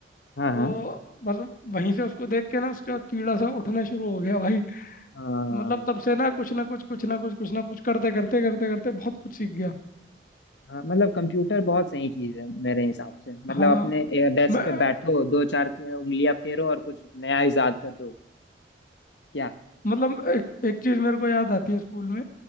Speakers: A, on the left; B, on the left.
A: हाँ
B: तो
A: हाँ
B: मतलब वहीं से उसको देख के ना उसका कीड़ा सा उठना शुरू हो गया भाई
A: हाँ
B: मतलब तब से ना कुछ ना कुछ कुछ ना कुछ कुछ ना कुछ करते करते करते करते बहुत कुछ सीख गया
A: हाँ मतलब कंप्यूटर बहुत सही चीज है मेरे हिसाब से मतलब
B: हाँ
A: अपने डेस्क
B: मैं
A: पे बैठो दो चार उंगलियां फेरो और कुछ नया इजाद कर दो क्या
B: मतलब एक एक चीज़ मेरे को याद आती है स्कूल में